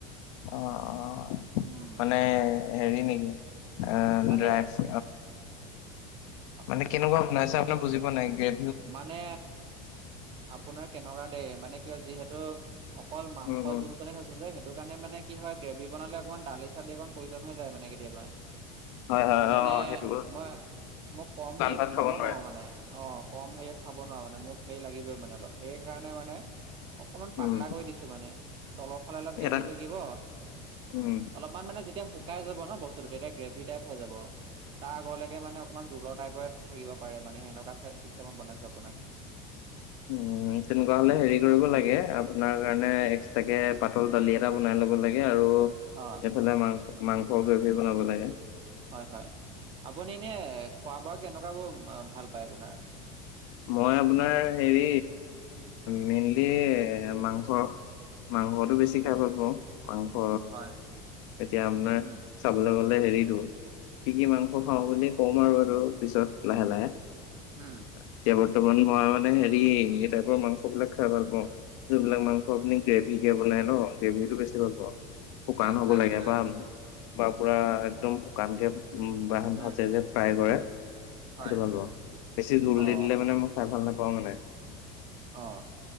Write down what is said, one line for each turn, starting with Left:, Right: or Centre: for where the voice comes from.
Left: অ অ
Right: উম
Left: মানে হেৰি নেকি অ
Right: মানে
Left: ড্ৰাইচ
Right: <inaudible>
Left: মানে কেনেকুৱা বনাইছে আপোনাৰ বুজি নাই গ্ৰে
Right: মানে আপোনাৰ কেনেকুৱা দেই মানে কিয় যিহেতু অকল মাংসৰ
Left: উম উম
Right: জোল কনে থৈছো যে সে সেইটো কাৰণে মানে কি হয় গ্ৰেভি বনালে অকমান দালি চালি অকণ প্ৰয়োজন হৈ যায় মানে কেতিয়াবা
Left: হয় হয়
Right: মই মানে
Left: অ সেইটো
Right: মই মই কম
Left: বানভাত
Right: হেৰিয়ত খাব
Left: নোৱাৰে।
Right: নোৱাৰো মানে অ। কম হেৰিয়ত খাব নোৱাৰো মানে মোক হেৰি লাগিবই মানে অলপ সেইকাৰণে মানে অকমান
Left: উম
Right: পাতলা কৰি দিছোঁ। তোৰ মানে তলৰ ফালে অলপ
Left: এটা
Right: গ্রেভি থাকিব অলপ
Left: উম
Right: অকমান মানে যেতিয়া শুকাই যাব ন বস্তুটো তেতিয়া গ্ৰেভি টাইপ হৈ যাব। তাৰ আগলৈকে মানে অকণমান জোলৰ টাইপত থাকিব পাৰে মানে সেনেকুৱা চিষ্টেমত বনাইছোঁ আপোনাৰ।
Left: উম তেনেকুৱা হ'লে হেৰি কৰিব লাগে আপোনাৰ কাৰণে এক্সট্ৰাকে পাতল দালি এটা বনাই ল'ব লাগে আৰু এইফালে
Right: অ
Left: মাংস, মাংস গ্ৰেভি বনাব লাগে।
Right: হয় হয়, আপুনি এনে খোৱা-বোৱা কেনেকুৱা বোৰ ভাল পায় আপোনাৰ।
Left: মই আপোনাৰ হেৰি মেইন্লি মাংস। মাংসটো বেছি খাই ভাল পাওঁ, মাংস
Right: হয়,
Left: এতিয়া আপোনাৰ-
Right: উম,
Left: চাবলৈ গ'লে হেৰিটো, কি কি মাংস খাওঁ বুলি কম আৰু এইটো পিছত লাহে লাহে।
Right: উম,
Left: এতিয়া বৰ্তমান, মই মানে হেৰি এই টাইপৰ মাংস বিলাক খাই ভাল পাওঁ। যোনবিলাক মাংস আপুনি গ্ৰেভী কে বনাই ন! গ্ৰেভি টো বেছি ভাল পাওঁ। শুকান
Right: আচ্ছা
Left: হ'ব
Right: আচ্ছা,
Left: লাগে ভাল, বা পুৰা একদম শুকানকে- উম্,
Right: উম,
Left: ভাজে যে, ফ্ৰাই কৰে।
Right: হয়,
Left: সেইটো ভাল পাওঁ, বেছি জোল
Right: অ',
Left: দিলে মানে মই খাই ভাল নাপাওঁ মানে।
Right: অ',